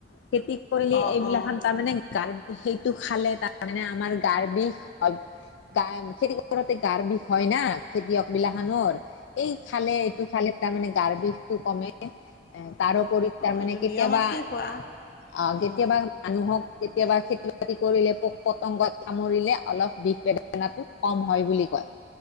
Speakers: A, on the left; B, on the left.
A: খেতি- কৰিলে
B: অহ
A: এইবিলাক
B: অহ অহ
A: খন তাৰমানে গাৰ সেইটো খালে তাৰমানে আমাৰ গাৰ বিষ হয়। গা, খেতি কৰোতে গাৰ বিষ হয় না খেতিয়ক বিলাকখনৰ। এই খালে এইটো খালে তাৰমানে গাৰ বিষতো কমে। তাৰোপৰি তাৰ
B: অহ
A: মানে
B: এইটো
A: কেতিয়াবা
B: নিয়ম আছে খোৱা
A: অঁ' কেতিয়াবা-
B: অহ
A: মানুহক কেতিয়াবা খেতি-বাতি কৰিলে পোক-পতংগত কামুৰিলে অলপ বিষ বে- নাবোৰ কম হয় বুলি কয়।